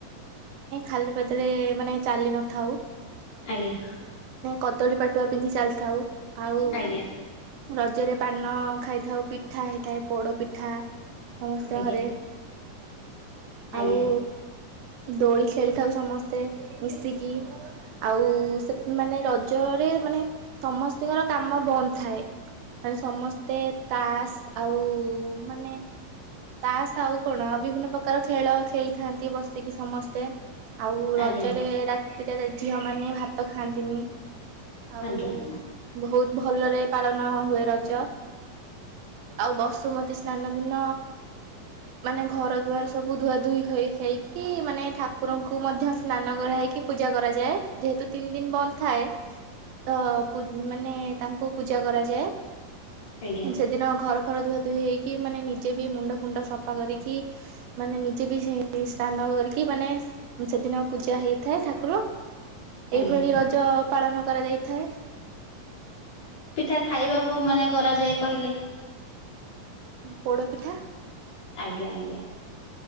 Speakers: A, on the right; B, on the left.
A: ଚାଲି ନ ଥାଉ
B: ଆଜ୍ଞା
A: କଦଳୀ ପାଟୁଆ ପିନ୍ଧି ଚାଲିଥାଉ। ଆଉ
B: ଆଜ୍ଞା
A: ରଜରେ ପାନ ଖାଇଥାଉ ପିଠା ହେଇଥାଏ। ପୋଡ ପିଠା ସମସ୍ତେ
B: ଆଜ୍ଞା
A: ଘରେ ଆଉ
B: ଆଜ୍ଞା
A: ଦୋଳି ଖେଳିଥାଉ ସମସ୍ତେ ମିଶିକି ଆଉ ସେମାନେ ରଜରେ ମାନେ ସମସ୍ତଙ୍କର କାମ ବନ୍ଦ ଥାଏ ମାନେ ସମସ୍ତେ ତାସ୍ ଆଉ ମାନେ ତାସଆଉ କଣ ବିଭିନ୍ନ ପ୍ରକାର ଖେଳ ଖେଳିଥାନ୍ତି ବସିକି ସମସ୍ତେ ଆଉ
B: ଆଜ୍ଞା
A: ରଜରେ
B: ଆଜ୍ଞା ଆଜ୍ଞା ଆଜ୍ଞା ଆଜ୍ଞା ଆଜ୍ଞା
A: ରାତିଟାରେ ଝିଅ ମାନେ ଭାତ ଖାଆନ୍ତିନି ଆଉ
B: ଆଜ୍ଞା
A: ବହୁତ ଭଲରେ ପାଳନ ହୁଏ ରଜ ଆଉ ବସୁମତୀ ସ୍ନାନ ଦିନ ମାନେ ଘର ଦୁଆର ସବୁ ଧୁଆ ଧୁଇ ହୋଇ ହେଇକି ମାନେ ଠାକୁରଙ୍କୁ ମଧ୍ୟ ସ୍ନାନ କରାହ ି ପୂଜା କରାଯାଏ ଯେହେତୁ ତିନି ଦିନ ବନ୍ଦ ଥାଏ ତ ମାନେ ତାଙ୍କୁ ପୂଜା କରାଯାଏ
B: ଆଜ୍ଞା
A: ସେଦିନ ଘର ର ଧୁଆ ଧୁ ହେଇକି ମାନେ ନିଜେ ବି ମୁଣ୍ଡ ଫୁଣ୍ଡ ସଫା କରିକି ମାନେ ନିଜେ ବି ସେ ସ୍ଥାନ ି ମାନେ ସେଦିନ ପୂଜା ହେଇଥାଏ ଠାକୁର-
B: ଆଜ୍ଞା
A: ଏଇଭଳି
B: ଆଜ୍ଞା
A: ରଜ ପାଳନ କରାଯାଇଥାଏ
B: ଏ ଖାଇବାକୁ ମାନେ କରାଯାଏ କହିଲେ
A: ପୋଡ଼ ପିଠା-
B: ଆଜ୍ଞା ଆଜ୍ଞା।